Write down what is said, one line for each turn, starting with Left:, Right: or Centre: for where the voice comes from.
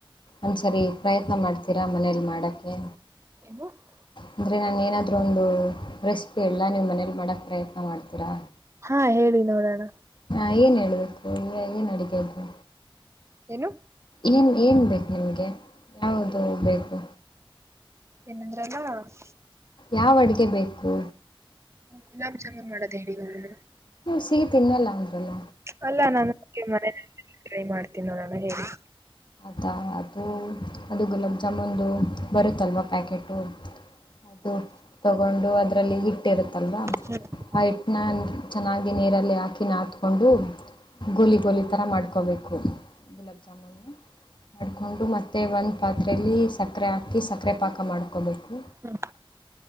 Left: ಒಂದ್ಸರಿ ಪ್ರಯತ್ನ ಮಾಡ್ತೀರಾ ಮನೇಲಿ ಮಾಡೋಕ್ಕೆ
Right: ನು <unintelligible>
Left: ಅಂದರೆ ನಾನು ಏನಾದರೂ ಒಂದು ರೆಸಿಪಿ ಎಲ್ಲ ನೀಮ್ಮ ಮನೇಲಿ ಮಾಡೋಕ್ಕೆ ಪ್ರಯತ್ನ ಮಾಡ್ತೀರಾ
Right: ಹಾ ಹೇಳಿ ನೋಡೋಣ
Left: ಹಾ ಏನು ಹೇಳ್ಬೇಕು ಈಗ ಏನು ಅಡಗೆ ಇದು
Right: ಏನು
Left: ಏನು ಏನು ಬೇಕು ನಿಮಗೆ ಯಾವುದು ಬೇಕು
Right: ಏನಂದ್ರ ಎಲ್ಲ ಕ
Left: ಯಾವ ಅಡ್ಗೆ ಬೇಕು
Right: ಗುಲಾಬ್ ಜಾಮೀನ್ ಮಾಡೋದೇ ಹೇಳಗರು
Left: ನೀವು ಸಿಗಿ ತಿನ್ವಲ್ಲ ಅಂದ್ರಲ್ಲ
Right: ಅಲ್ಲಾ ನಾನು ಮನ ಟ್ರೈ ಮಾಡ್ತೀನಿ ನೋಡೋಣ ಹೇಳಿ
Left: ಅದ ಅದು ಅದು ಗುಲಾಬ್ ಜಾಮೂನ್ದು ಬರುತ್ತಲ್ವ ಪ್ಯಾಕೆಟು ಅದು ತಗೊಂಡು ಅದ್ರಲ್ಲಿ ಹಿಟ್ಟಿರುತ್ತಲ್ವಾ
Right: ಹ
Left: ಹೈಟ್ನ ಚೆನ್ನಾಗಿ ನೀರಲ್ಲಿ ಹಾಕಿ ಹಾತ್ಕೊಂಡು ಗೋಲಿ ಗೋಲಿ ತರ ಮಾಡ್ಕೋಬೇಕು ಗುಲಬ ಜಾಮುನ್ ಮಾಡಿಕೊಂಡು ಮತ್ತೆ ಒಂದು ಪಾತ್ರೆಯಲ್ಲಿ ಸಕ್ಕರೆ ಹಾಕಿ ಸಕ್ಕರೆ ಪಾಕ ಮಾಡ್ಕೋಬೇಕು
Right: ಹ್ಮ್